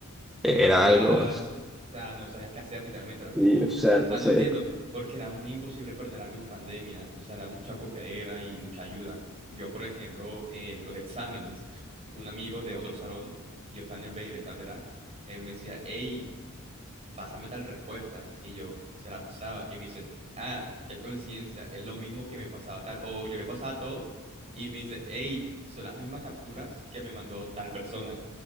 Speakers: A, on the right; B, in the centre.
A: no
B: e- era
A: era
B: algo,
A: o sea, no sabías qué hacer literalmente, era como,
B: y, o
A: o
B: sea, no
A: sea, no
B: sé
A: entiendo, porque era muy imposible perder algo en pandemia, o sea, era mucha copiadera y mucha ayuda. Yo, por ejemplo, eh, en los exámenes, un amigo de otro salón, yo estaba en el B y él estaba en el A, él me decía, hey, pásame tal respuesta, y yo se la pasaba, y me dice, ah, qué coincidencia, es lo mismo que me pasaba tal, o yo le pasaba todo, y me dice, hey, son las mismas capturas que me mandó tal persona.